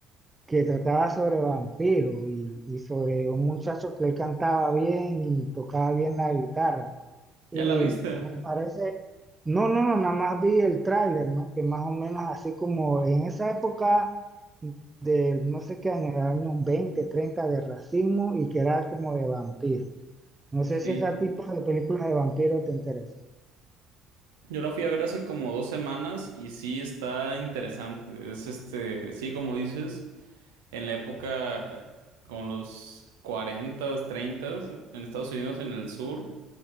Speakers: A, on the right; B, on the right.
A: que trataba sobre vampiros y, y sobre un muchacho que él cantaba bien y tocaba bien la guitarra. Y
B: ¿Ya la viste?
A: me parece, no, no, no, nada más vi el tráiler, ¿no? Que más o menos así como en esa época de no sé qué año, era año 20, 30 de racismo y que era como de vampiro. No sé
B: Sí.
A: si ese tipo de películas de vampiro te interesa.
B: Yo la fui a ver hace como dos semanas y sí está interesante. Es este, sí, como dices, en la época como los cuarentas treintas en Estados Unidos, en el sur.